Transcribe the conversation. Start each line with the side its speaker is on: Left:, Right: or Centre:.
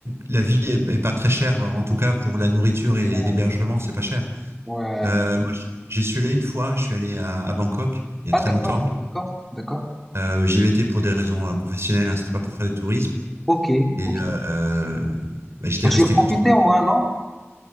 Right: la vie est, est pas très chère, en tout cas pour la nourriture
Centre: D'accord.
Right: et l'hébergement, c'est pas cher.
Centre: Ouais.
Right: Euh, moi, j'y suis allé une fois, je suis allé à, à Bangkok il y a
Centre: Ah
Right: très
Centre: d'accord,
Right: longtemps.
Centre: d'accord, d'accord.
Right: Euh, j'y avais été pour des raisons euh, professionnelles, hein, c'était pas pour faire du tourisme.
Centre: Ok,
Right: Et
Centre: ok.
Right: euh, euh, bah, j'étais
Centre: Ben,
Right: resté
Centre: tu as profité
Right: que trois jours.
Centre: au moins, non?